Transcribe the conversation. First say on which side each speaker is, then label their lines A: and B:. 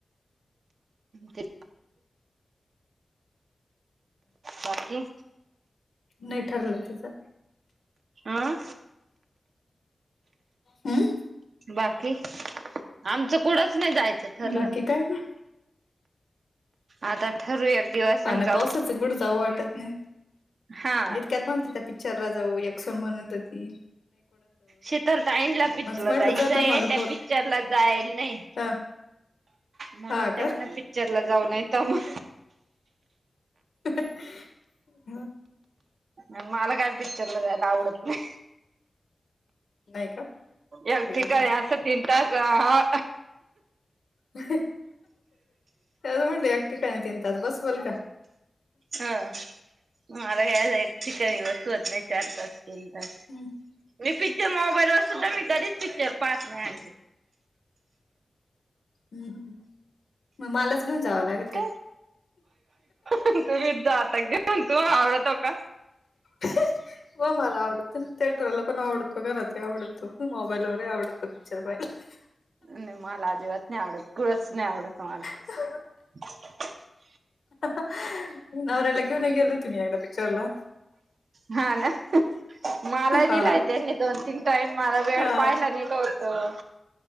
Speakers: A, on the right (about 75°); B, on the left (about 75°).
A: ते बाकी
B: नाय ठरलं तिचं
A: आं
B: हं
A: बाकी आमचं कुडंच नाही जायचं ठरलं
B: बाकी काय नाही
A: आता ठरू एक दिवस
B: पाण्या
A: आणि जाऊ
B: पावसाच कुड जावं वाटत नाही
A: हा
B: इतक्यात म्हणत त्या पिक्चरला जाऊ एकसुण म्हणत हो ती
A: शितल ताईला पिकच्चरला
B: म्हटलं
A: तुला जायचंय
B: जादा मला
A: त्या
B: पोर
A: पिक्चरला जायला नाय
B: ह
A: म्हणून
B: हा का
A: तेव्हाणा पिकच्चरला जाऊन तर मग
B: हु हु
A: म मला काय पिक्चरला जायला आवडत नाही
B: नाय का
A: ए
B: वेळ
A: ठीक
B: द्या
A: आहे असं तीन तास आ
B: तेच म्हटली एकटी काय तीन तास बसवेल का
A: हा मला काय एकटी वस नाय नाई... चार तास... तीन तास...
B: हम्म
A: मी <unintelligible> मोबाईलवर सुद्धा मी पिच्चर पाहात नाई आंटी
B: हूं.. हूं... मग मालाच घेऊन जावं लागल
A: <unintelligible> तुम्हीच जा, आता घेऊन... तुम्हाला आवडतो का?
B: हं हो... मला आवडतं.. थिएटरला पण आवडतो... घरातही आवडतो... मोबाईलवरही आवडतो... पिक्चर पाहायला <inaudible>
A: नई... मला आजिबात नाई आवडत... कुळच नई आवडत मला
B: हं हं
A: <inaudible>
B: हं हं... नवऱ्याला घेऊनही गेले होते मी एकदा पिक्चरला
A: हा ना... मालाही
B: हा
A: नैले होते... असे दोन तीन ताई... मला वेड
B: हा
A: पायला नेलं होतं...